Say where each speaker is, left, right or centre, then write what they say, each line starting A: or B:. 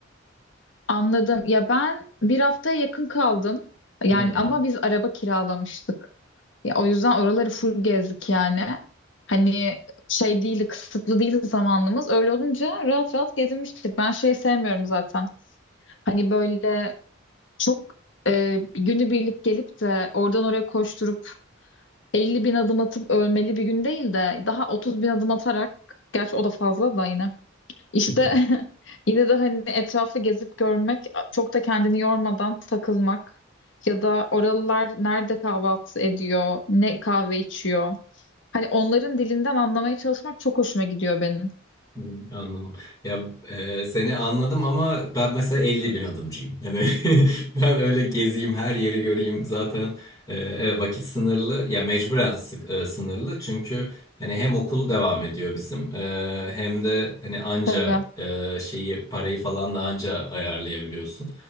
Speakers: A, on the left; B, on the left.
A: anladım. Ya ben bir haftaya yakın kaldım. Yani
B: Hmm.
A: ama biz araba kiralamıştık. Ya o yüzden oraları full gezdik yani. Hani şey değildi, kısıtlı değildi zamanımız. Öyle olunca rahat rahat gezinmiştik. Ben şeyi sevmiyorum zaten. Hani böyle çok e, günübirlik gelip de oradan oraya koşturup 50 bin adım atıp ölmeli bir gün değil de daha 30 bin adım atarak gerçi o da fazla da yine işte
B: <laughs>
A: <laughs> yine de hani etrafı gezip görmek çok da kendini yormadan takılmak ya da oralılar nerede kahvaltı ediyor ne kahve içiyor hani onların dilinden anlamaya çalışmak çok hoşuma gidiyor benim.
B: Hı, Anladım. Ya e, seni anladım ama ben mesela 50 bin adımcıyım. Yani <laughs> ben öyle gezeyim her yeri göreyim zaten e, evet, vakit sınırlı ya mecburen sık, e, sınırlı çünkü hani hem okul devam ediyor bizim e, hem de hani anca
A: Tabii.
B: e, şeyi parayı falan da anca ayarlayabiliyorsun.